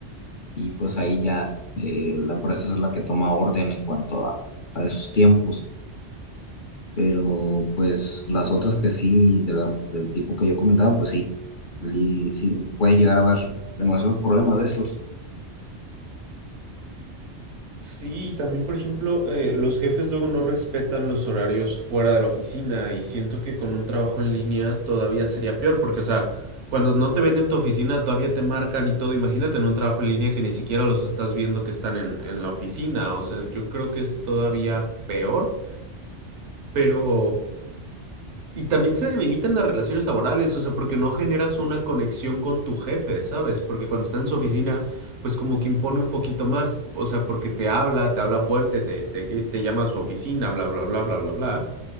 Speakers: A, on the left (about 60°); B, on the right (about 80°).
A: Y pues ahí ya eh, la empresa es la que toma orden en cuanto a, a esos tiempos. Pero pues las otras que sí, de la- del tipo que yo comentaba, pues sí, li- sí puede llegar a haber demasiados problemas de esos.
B: Sí, también, por ejemplo, eh, los jefes luego no respetan los horarios fuera de la oficina y siento que con un trabajo en línea todavía sería peor, porque, o sea, cuando no te ven en tu oficina todavía te marcan y todo. Imagínate en un trabajo en línea que ni siquiera los estás viendo que están en, en la oficina. O sea, yo creo que es todavía peor, pero y también se debilitan las relaciones laborales, o sea, porque no generas una conexión con tu jefe, ¿sabes? Porque cuando está en su oficina, pues como que impone un poquito más, o sea, porque te habla, te habla fuerte, te, te, te llama a su oficina, bla, bla, bla, bla, bla, bla.